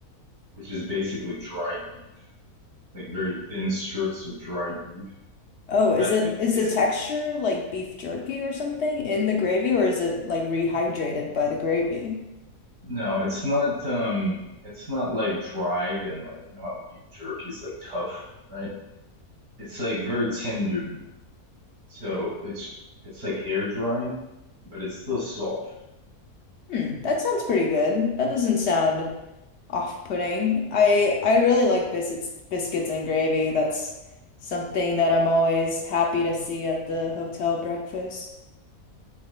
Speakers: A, on the right (about 70°); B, on the left (about 60°).
A: which is basically dried beef, like very thin strips of dried beef.
B: Oh,
A: And
B: is
A: I
B: it
A: think
B: is
A: it,
B: the texture like beef jerky or something in the gravy
A: it's
B: or is it like rehydrated by the gravy?
A: no, it's not um it's not like dried and like you know how beef jerky is like tough, right? It's like very tender meat. So it's it's like air dried, but it's still soft.
B: Hmm, that sounds pretty good. That doesn't sound off-putting. I I really like biscuits biscuits and gravy. That's something that I'm always happy to see at the hotel breakfast.